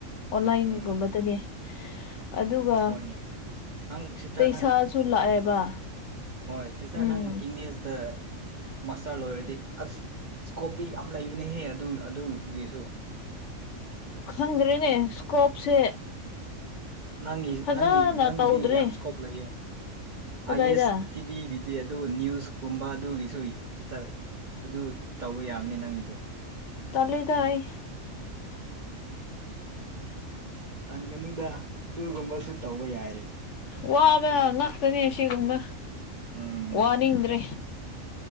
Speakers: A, on the left; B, on the right.
A: ꯑꯣꯟꯂꯥꯏꯟꯒꯨꯝꯕꯗꯅꯦ
B: ꯎꯝ
A: ꯫ ꯑꯗꯨꯒ
B: ꯍꯣꯏꯅꯦ ꯅꯪ ꯁꯤꯁꯇꯔ
A: ꯄꯩꯁꯥꯁꯨ
B: ꯅꯪ
A: ꯂꯥꯛꯑꯦꯕ
B: ꯍꯣꯏ ꯁꯤꯁꯇꯔ
A: ꯎꯝ
B: ꯅꯪ ꯏꯪꯂꯤꯁꯗ ꯃꯥꯁꯇꯔ ꯂꯣꯏꯔꯗꯤ ꯑꯁ ꯏꯁꯀꯣꯞꯇꯤ ꯌꯥꯝ ꯂꯩꯕꯅꯤꯍꯦ ꯑꯗꯨ ꯑꯗꯨꯒꯤꯁꯨ
A: ꯈꯪꯗ꯭ꯔꯤꯅꯦ ꯏꯁꯀꯣꯞꯁꯦ꯫
B: ꯅꯪꯒꯤ
A: ꯐꯖꯅ
B: ꯅꯪꯒꯤ ꯅꯪꯒꯤꯗꯤ
A: ꯇꯧꯗ꯭ꯔꯦ
B: ꯌꯥꯝ ꯏꯁꯀꯣꯞ ꯂꯩꯌꯦ
A: ꯀꯗꯥꯏꯗ
B: ꯑꯥꯏ ꯑꯦꯁ ꯇꯤꯚꯤꯒꯤꯗꯤ ꯑꯗꯨ ꯅꯅꯤꯌꯨꯁꯀꯨꯝꯕ ꯑꯗꯨꯒꯤꯁꯨ ꯇꯥ ꯑꯗꯨ ꯇꯧꯕ ꯌꯥꯕꯅꯤ ꯅꯪꯒꯤꯗꯣ
A: ꯇꯜꯂꯤꯗ ꯑꯩ
B: ꯇꯟꯒꯅꯨꯗꯥ ꯑꯗꯨꯒꯨꯝꯕꯁꯨ ꯇꯧꯕ ꯌꯥꯏꯌꯦ ꯫
A: ꯋꯥꯕ ꯅꯅꯥꯥꯛꯇꯅꯤ ꯁꯤꯒꯨꯝꯕ ꯫
B: ꯎꯝ
A: ꯋꯥꯅꯤꯡꯗ꯭ꯔꯦ